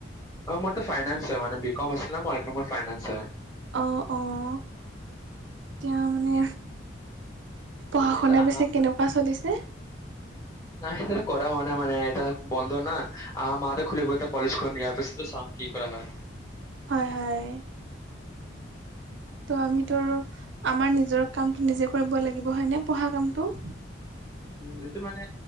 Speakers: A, on the left; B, on the right.
A: অ', মোৰ তো ফাইনেন্স হয় মান বি কম আছিলে মই মোৰ ফাইনেন্স হয়।
B: অ', অ', এতিয়া মানে পঢ়া
A: মানে
B: শুনা
A: এতিয়া আহা
B: পিছে কেনেকুৱা চলিছে।
A: নাই মানে কৰা হোৱা নাই মানে এটা। বন্ধ না অহা মাহত হে খুলিব এতিয়া কলেজখন ইয়াৰ পিছতে চাম কি কৰা হয়।
B: হয়, হয়। তো আমিতো আৰু আমাৰ নিজৰ কামটো নিজে কৰিব লাগিব হয় নে পঢ়া কামটো।
A: উ এইটো মানে